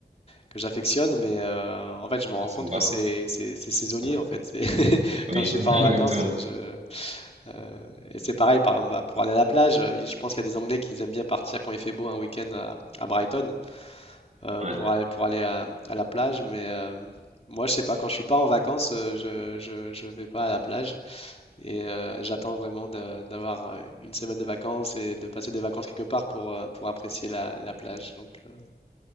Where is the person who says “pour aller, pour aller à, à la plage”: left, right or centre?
Left